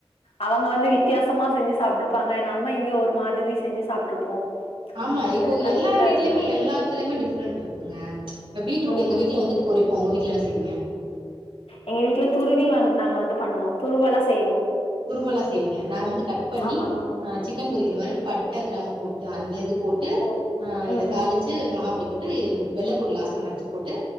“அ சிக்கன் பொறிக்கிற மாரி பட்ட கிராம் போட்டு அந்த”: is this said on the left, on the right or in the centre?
Right